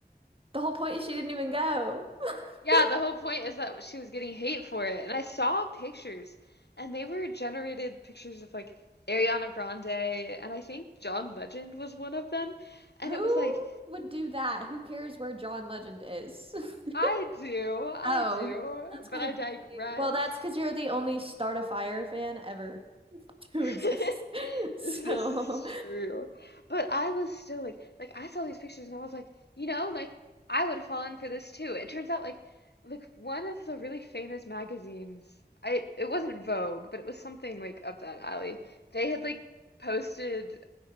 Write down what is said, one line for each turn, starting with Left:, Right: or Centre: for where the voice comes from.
Right: "The whole point is she didn't even go. <laughs>
Left: Yeah, the whole point is that she was getting hate for it. And I saw pictures, and they were generated pictures of like Ariana Grande, and I think John Legend was one of them. And
Right: Who
Left: it was like,
Right: would do that? Who cares where John Legend is?" <laughs>
Left: I do, I
Right: Oh,
Left: do,
Right: that's
Left: but
Right: kind
Left: I
Right: of
Left: digress.
Right: crazy. Well, that's because you're the only Start a Fire fan ever <laughs> who
Left: <laughs>
Right: exists. <laughs> So,
Left: This is true. But I was still like like I saw these pictures and I was like, you know, like I would have fallen for this too. It turns out like like one of the really famous magazines, I it wasn't Vogue, but it was something like up that alley. They had like posted